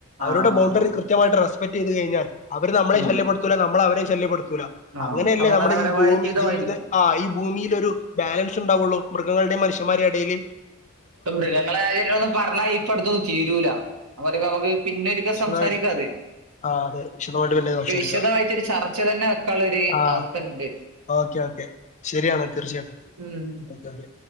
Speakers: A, on the left (about 35°); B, on the right (about 85°).
A: അവരുടെ
B: ആ ആ
A: ബൗ
B: ആ.
A: കൃത്യമായിട്ട് റെസ്പെക്ട് ചെയ്ത് കഴിഞ്ഞാൽ അവര് നമ്മളെയും
B: ഉം.
A: ശല്യപ്പെടുത്തൂല നമ്മള് അവരെയും ശല്യപ്പെടുത്തൂല.
B: ആ
A: അങ്ങനെയല്ലേ
B: സമാധാനപരമായ
A: നമ്മുടെ ഈ ഭൂമി
B: ജീവിതമായിരിക്കും
A: ജീവിത ആഹ് ഈ ഭൂമിലൊരു ബാലൻസ് ഉണ്ടാവൊള്ളൂ. മൃഗങ്ങൾടിം മനുഷ്യമാരി എടേല്.
B: ഇപ്പം മൃഗങ്ങളെ കാര്യം <unintelligible> പറഞ്ഞാ ഇപ്പ അടുത്തൊന്നും തീരൂല. അഹ് പറയുമ്പോ നമുക്ക് പിന്നൊരിക്കെ
A: വിശദമായിട്ട്
B: സംസാരിക്കാ അത്.
A: ആ അതെ വിശദമായിട്ട് പിന്നെ സംസാരിക്കാം
B: ഒര് വിശദമായിട്ടൊരു ചർച്ച തന്നെ വെക്കാള്ളാര്
A: ആഹ്
B: അവസ്ഥണ്ട്.
A: Okay okay. ശരിയാണ് തീർച്ചയായിട്ടും
B: ഉം
A: ഓക്കെ ഓക്കെ.